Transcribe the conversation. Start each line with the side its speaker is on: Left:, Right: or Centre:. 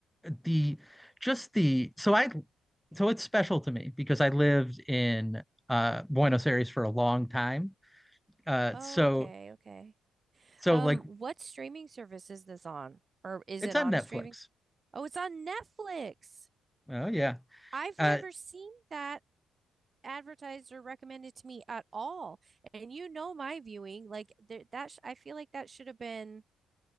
Centre: the just the so I so it's special to me because I lived in uh, Buenos Aires for a long time. Uh,
Right: Oh,
Centre: so
Right: okay, okay.
Centre: so
Right: Um,
Centre: like
Right: what streaming service is this on? Or is
Centre: it's
Right: it on
Centre: on Netflix.
Right: a streaming? s- Oh, it's on Netflix.
Centre: Oh yeah.
Right: I've
Centre: Uh,
Right: never seen that. advertised or recommended to me at all. And you know my viewing, like there, that sh I feel like that should have been